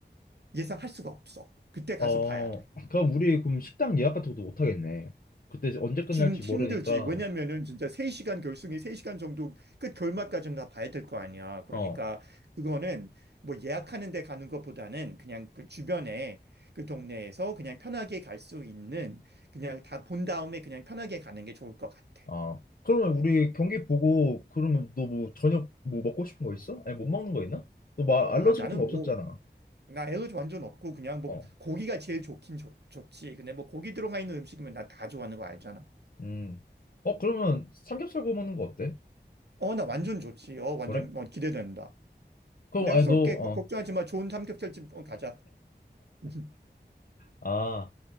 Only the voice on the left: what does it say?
어.
그럼 우리 그럼 식당 예약 같은 것도 못 하겠네. 그때 언제 끝날지
모르니까,
어.
아, 그러면 우리 경기 보고 그러면 너 뭐 저녁 뭐 먹고 싶은 거 있어? 아니 못 먹는 거 있나? 너 막 알러지
같은 거 없었잖아.
어.
음. 어 그러면 삼겹살 구워 먹는 거 어때?
그래?
그럼
아니
너 어.
아,